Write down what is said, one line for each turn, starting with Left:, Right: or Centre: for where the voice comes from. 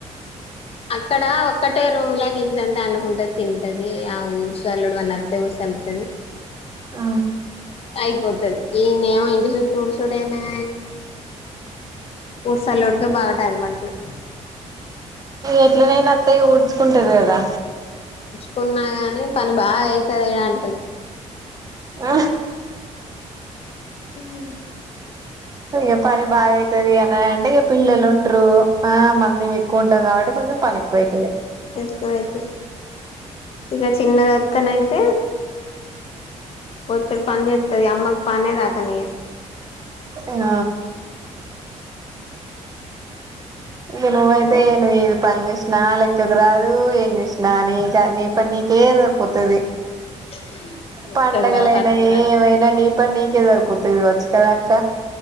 Left: అక్కడ ఒక్కటే రూలా క ఇంతంత అండుకుంటది తింటది ఆ ఊరు సల్లుడు వాళ్ళ అతే ఊరు సెల్తది
Right: ఆ
Left: అయిపోతుది ఇనేమో ఇంటి చుట్టూ ఉచూడనా ఊరుసలడుకు బాగా టైమ్ పడుతది
Right: ఎట్లనైనా అత్తయ్య ఊడ్చుకుంటది కదా
Left: కున్నా గాని పని బాగా అవుతుంది ఇడ అంటది
Right: ఆ
Left: <inaudible>
Right: ఇక పని బాగాయితుది అని అంటే ఇక పిల్లలు ఉంటారు ఆ మంది ఎక్కువ ఉంటాం కాబట్టి కొంచెం పని ఎక్కువైతది
Left: ఎక్కువైతు ఇక చిన్నదిత్తన అయితే పోచ్చడు పని చేస్తుది అమ్మకి పనే దాకా నియదు
Right: ఆ ఇది నువ్వ అయితే ఏళ ఏదు పంద నా లెక్కకు రాదు ఏం చేసినా నీ నీ పని నీకే సరిపోతుది
Left: <inaudible>
Right: పండగలయినా
Left: రాదు పత్రానికి
Right: ఏమైనా నీ పని నీకే సరిపోతుంది వచ్చు కదా అక్క